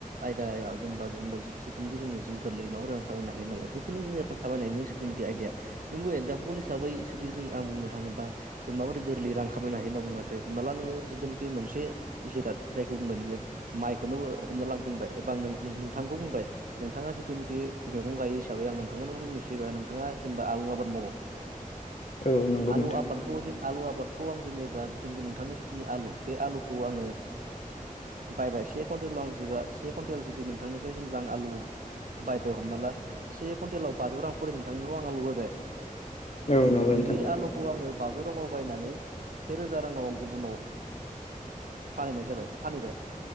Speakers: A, on the right (about 75°); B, on the left (about 50°).
A: आयदायाव जेनबा जोंबो जेथुनोखि जों गोरलैबाव रां खामायनो हायो नालाय बेफोरनो जों रां खामायनायनि जिथुनाखि आइडिया नोंगौ एगजामपोल हिसाबै जुदि जोंं आं बुंनो थाङोबा जों माबोरै गोरलै रां खामायनो हायो होनना बुंबाथाय हमना ला नोङो जिथुनोखि मोनसे जिराद जायखौ बुंबाय नोङो माइखौनो हमना ला आं बुंबाय एबा नों नोंथांखौ बुंबाय नोंथाङा जिथुनोखि मैगं गायो साबै आं नोंथांखौनो बुंनो फैबा नोंथाङा जेनेबा आलु आबाद मावो
B: औ नंगौ
A: आलु
B: नोंथां
A: आबादखौ जे आलु आ बादखौ आं जेनेबा नोंथांनि जिथु ने आलु बे आलुखौ आङो बायबा एसे कुइन्टलाव आं जेबा से कुइनटेल जुदि नों नोंथांनिफ्राय जेनेबा आं आलु बायबाय हमना ला से कुइनटेलाव बाजौ रां खरै नोंथांनाव आङो आलु बायबाय
B: औ नंगौ नोंथां
A: बे आलुखौ आङो बौजौ राङाव बायनानै से रोजा राङाव आं गुबुनाव फानहैनाय जाबाय फानहैबाय